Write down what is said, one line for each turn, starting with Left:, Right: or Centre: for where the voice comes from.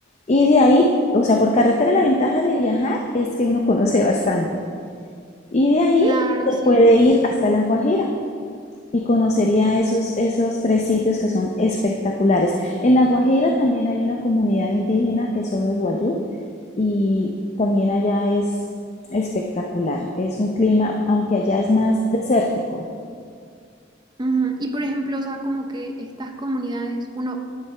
Left: Y de ahí, o sea, por carretera la ventaja de viajar es que uno conoce bastante. Y de ahí
Right: Claro,
Left: se
Right: sí.
Left: puede ir hasta La Guajira y conocería esos, esos tres sitios que son espectaculares. En La Guajira también hay una comunidad indígena que son los guayú y también allá es espectacular. Es un clima, aunque allá es más desértico,
Right: Ujú, Y por ejemplo, o sea, como que estas comunidades, uno